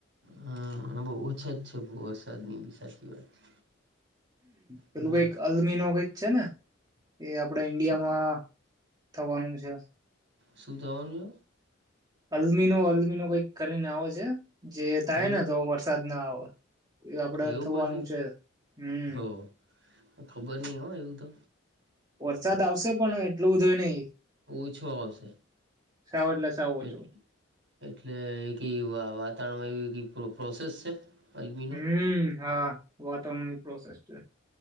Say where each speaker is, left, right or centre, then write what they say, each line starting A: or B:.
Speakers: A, on the right; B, on the right.
A: હા, બો ઓછા જ છે વરસાદ ની બી સાચી વાત છે.
B: પેલું
A: હમ
B: કઈક અલમીનો કઈક છેને એ આપડા ઈન્ડિયામાં
A: શું
B: થવાનું છે.
A: શું થવાનું?
B: અલ્મીનો અલ્મીનો કઈક કરીને આવો છે જે થાયને
A: છે હમ
B: તો વરસાદના આવે. એ આપડે
A: એવું
B: થવાનું
A: પાછું
B: છે હમ.
A: હો ખબર નહી હો એવું તો
B: વરસાદ આવશે પણ એટલું બધુંય નય.
A: ઓછો આવશે.
B: સાવ એટલે સાવ ઓછો
A: એ એટલે વાતાવરણમાં એ પ્રોસેસ છે. અલમીનો
B: હમ. હા, વાતાવરણની પ્રોસેસ છે.